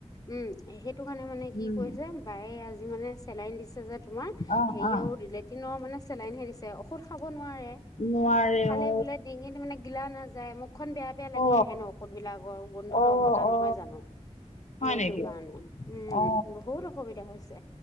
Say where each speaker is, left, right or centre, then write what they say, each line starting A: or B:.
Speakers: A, on the left; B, on the left.
A: উম সেইটো কাৰণে মানে কি
B: উম
A: কৰিছে বায়ে আজি মানে চেলাইন দিছে যে তোমাৰ
B: অ
A: হেৰিও
B: অ
A: লেটিনৰ মানে চেলাইন হে দিছে ঔষধ খাব নোৱাৰে
B: নোৱাৰে
A: খালে
B: অ
A: বোলে ডিঙিত ত মানে গিলা না মূখখন বেয়া বেয়া লাগি
B: অ
A: আহে ন ঔষধ বিলাকৰ গোন্ধটো
B: অ
A: অকতা নহয়
B: অ
A: জানো
B: হয়
A: সেইটো
B: নেকি
A: কাৰণে উম
B: অ
A: বহুত অসুবিধা হৈছে